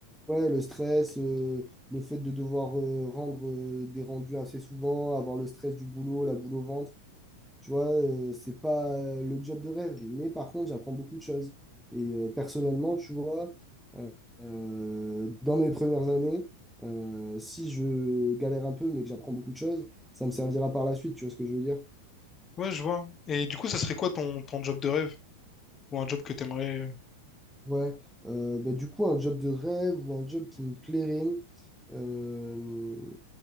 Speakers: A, in the centre; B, on the left.
A: Ouais, le stress, euh, le fait de devoir euh, rendre euh, des rendus assez souvent, avoir le stress du boulot, la boule au ventre, Tu vois, euh, c'est pas euh, le job de rêve, mais par contre, j'apprends beaucoup de choses. Et euh, personnellement, tu vois, euh, euh, dans mes premières années, euh, si je galère un peu, mais que j'apprends beaucoup de choses, ça me servira par la suite, tu vois ce que je veux dire?
B: Ouais, je vois. Et du coup, ça serait quoi ton, ton job de rêve? Ou un job que t'aimerais... euh,
A: Ouais, euh, bah, du coup, un job de rêve ou un job qui me plairait, euh,